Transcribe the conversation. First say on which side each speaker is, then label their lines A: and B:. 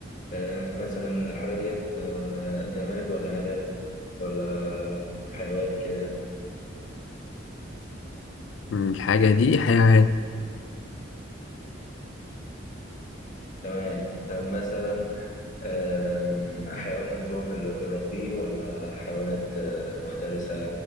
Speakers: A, on the left (about 40°); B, on the left (about 70°).
A: آه مثلا الحاجه ديت آه جماد ولا نبات ولا حيوان كده يعني.
B: مم، الحاجة دي حيوان
A: تمام طب مثلا آم، حيوان اللي هو من اللي بنربيه ولا حيوانات آه، مفترسة